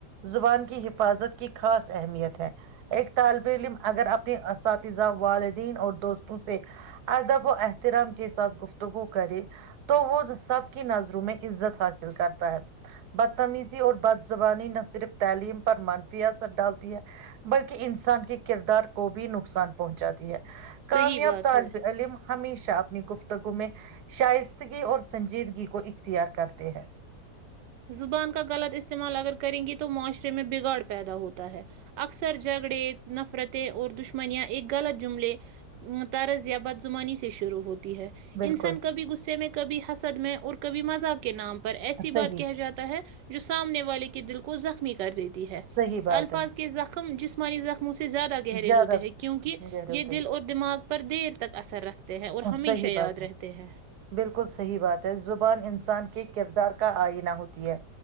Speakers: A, on the right (about 70°); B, on the right (about 85°).
A: زبان کی حفاظت کی خاص اہمیت ہے ایک طالب علم اگر اپنی اساتذہ والدین اور دوستوں سے ادب و احترام کے ساتھ گفتگو کرے تو وہ سب کی نظر میں عزت حاصل کرتا ہے بدتمیزی اور بد زبانی نہ صرف تعلیم پر منفی اثر ڈالتی ہے بلکہ انسان کے کردار کو بھی نقصان پہنچاتی ہے
B: صحیح
A: کامیاب
B: بات
A: طالب
B: ہے
A: علم ہمیشہ گفتگو میں شائستگی اور سنجیدگی کو ا خ تیار کرتے ہیں <unintelligible>
B: زبان کا غلط اس استعمال اگر کریں گی تو معاشرے میں بگاڑ پیدا ہوتا ہے اکثر جھگڑے نفرتیں اور دشمن منیا ایک غلط جملے طرز یا بدعمانی سے شروع ہوتی ہے
A: بالکل
B: انسان کبھی غصے میں کبھی ہ حسد میں اور کبھی مزاق کے نام پر ایسی
A: صحیح
B: بات <unintelligible> کہ جاتا ہے جو سامنے والے کے دل کو زخمی کر دیتی ہے
A: صحیح بات
B: الفاظ
A: ہے
B: کے زخم جس مریض سے زیادہ گہرے
A: زیادہ
B: ہوتے ہیں کیونکہ
A: گہرے ہوتے
B: یہ دل اور دماغ پر دیر تک اثر رکھتے ہیں اور ہمیشہ
A: صحیح
B: یاد
A: بات ہے
B: رہتے ہیں
A: بالکل صحیح بات ہے زبان انسان کے کردار کا آئینہ ہوتی ہے